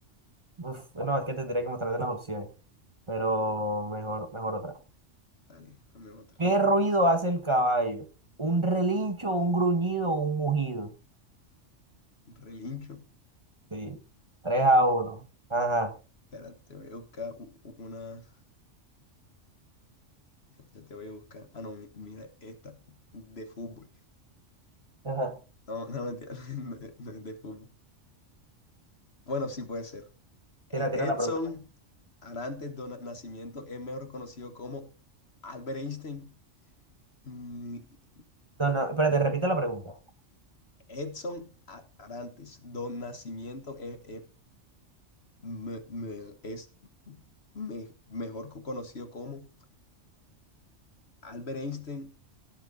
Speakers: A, on the right; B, on the left.
A: Uf, no, es que tendría que mostrarte las opciones. pero mejor, mejor otra.
B: Dale, dame otra.
A: ¿Qué ruido hace el caballo? ¿Un relincho, un gruñido o un mugido?
B: Relincho.
A: Sí, tres a uno Ajá.
B: Espérate, te voy a buscar u- u- una. Ya, ya te voy a buscar. Ah, no, mi- mira, esta de fútbol.
A: Ajá.
B: No, no, mentira, <laughs> no es no es de fútbol. Bueno, sí puede ser. E-
A: Tira, tira
B: Edson
A: la pregunta. pues.
B: Arantes do Na- Nascimento es mejor conocido como Albert Einstein. Ni-
A: No, no, espérate, repite la pregunta.
B: Edson A- Arantes do Nascimento es, es me- me- es me- mejor co- conocido como Albert Einstein,